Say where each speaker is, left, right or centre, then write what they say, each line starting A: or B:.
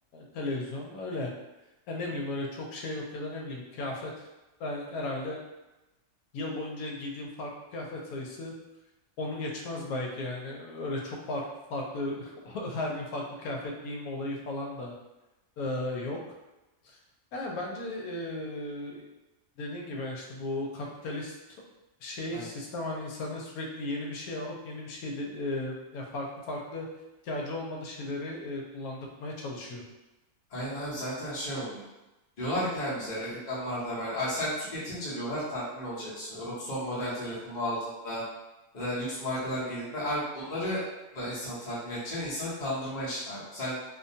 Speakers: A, on the left; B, on the left.
A: televizyon öyle. Ya ne bileyim öyle çok şey yok ya da ne bileyim kıyafet. Ben herhalde yıl boyunca giydiğim farklı kıyafet sayısı onu geçmez belki yani. Öyle çok farklı farklı <laughs> her gün farklı kıyafet giyim olayı falan da e, yok. Yani bence e, dediğin gibi yani işte bu kapitalist şey
B: Aynen.
A: sistem hani insanı sürekli yeni bir şey alıp yeni bir şey de, e, ya farklı farklı ihtiyacı olmadığı şeyleri e, kullandırmaya çalışıyor.
B: Aynen abi zaten şey oluyor. Diyorlar ki abi bize reklamlarda haber. Abi sen tüketince diyorlar tatmin olacaksın diyorlar. O son model telefonu aldığında ya da lüks markalar giydiğinde abi bunları da insanı tatmin edeceğini insanı kandırma işte abi. Sen